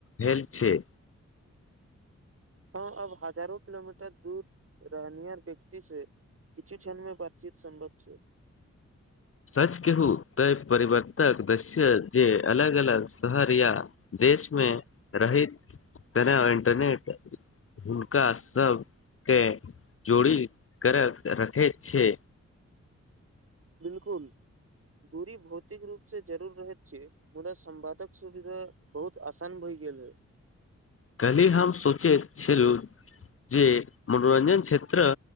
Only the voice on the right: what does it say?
हँ आब हजारो किलोमीटर दूर रहनिहार व्यक्ति से किछु छनमे बातचित सम्भव छै
बिलकुल दूरी भौतिक रूपसे जरूर रहैत छियै मुदा संवादक सुविधा बहुत आसान भइ गेलइ